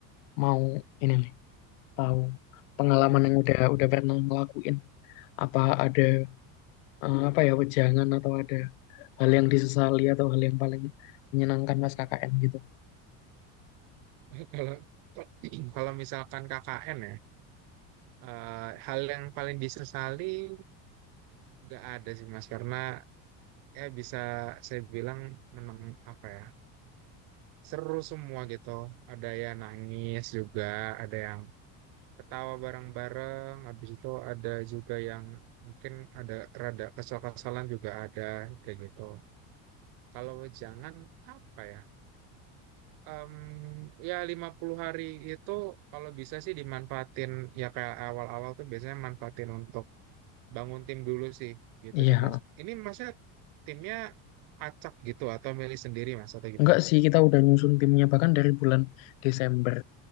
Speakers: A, on the left (about 80°); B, on the right (about 60°).
A: Mau ini nih, tahu pengalaman
B: Oh,
A: yang udah udah pernah ngelakuin. Apa ada eh, apa ya wejangan atau ada hal yang disesali atau hal yang paling menyenangkan pas KKN gitu?
B: <laughs> kalau kalau misalkan KKN ya, eh, hal yang paling disesali nggak ada sih Mas karena ya bisa saya bilang menang apa ya seru semua gitu ada yang nangis juga ada yang ketawa bareng-bareng habis itu ada juga yang mungkin ada rada kesal-kesalan juga ada kayak gitu kalau jangan apa ya Em, ya 50 hari itu kalau bisa sih dimanfaatin ya kayak awal-awal tuh biasanya manfaatin untuk bangun tim dulu sih gitu
A: Iya,
B: sih mas ini masnya timnya acak gitu atau milih sendiri mas atau gimana
A: enggak sih kita udah nyusun timnya bahkan dari bulan Desember.